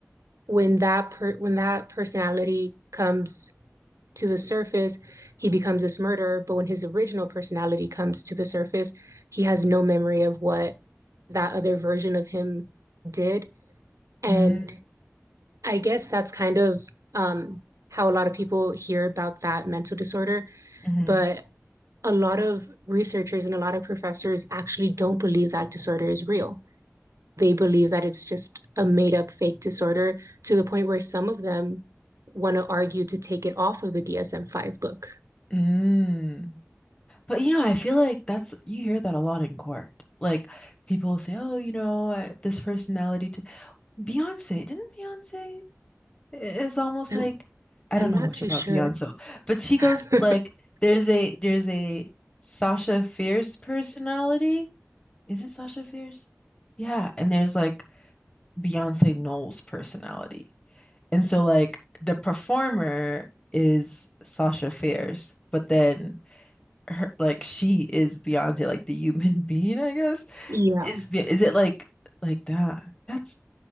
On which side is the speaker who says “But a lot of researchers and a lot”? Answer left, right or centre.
Right